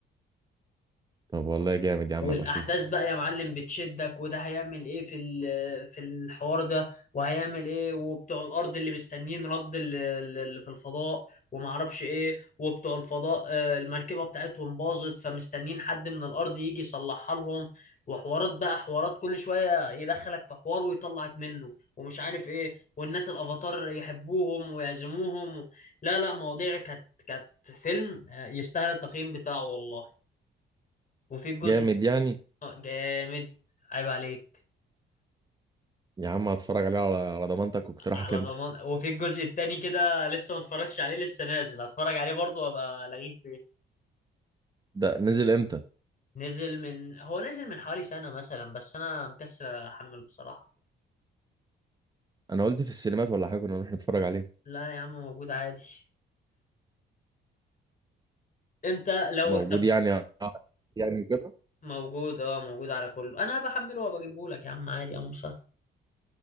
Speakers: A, on the right (about 20°); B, on the left (about 40°).
A: طب والله جامد يا عم
B: والاحداث
A: ابقى اشوفه
B: بقى يا معلم بتشدك وده هيعمل ايه في ال- في الحوار ده وهيعمل ايه وبتوع الارض اللي مستنيين رد ال- ال- اللي في الفضاء وما اعرفش ايه وبتوع الفضاء آه، المركبه بتاعتهم باظت فمستنيين حد من الارض يجي يصلحها لهم وحوارات بقى حوارات كل شويه يدخلك في حوار ويطلعك منه ومش عارف ايه والناس الافاتار يحبوهم ويعزموهم و... لا لا مواضيع كانت كانت فيلم آه، يستاهل التقييم بتاعه والله وفي الجزء
A: جامد يعني
B: اه جامد عيب عليك
A: يا عم هتفرج عليه على على ضمانتك واقتراحك
B: على
A: انت
B: ضمان وفي الجزء التاني كده لسه ما اتفرجتش عليه لسه نازل هتفرج عليه برضه وابقى لغيك فيه
A: ده نزل امتى
B: نزل من هو نزل من حوالي سنة مثلا بس انا مكسل احمل بصراحة
A: انا قلت في السينمات ولا حاجه كنا نروح نتفرج عليه
B: لا يا عم موجود عادي انت لو
A: موجود
B: طب
A: يعني يعني كده
B: موجود اه موجود على كله انا بحمله وبجيبه لك يا عم عادي يا عم سهل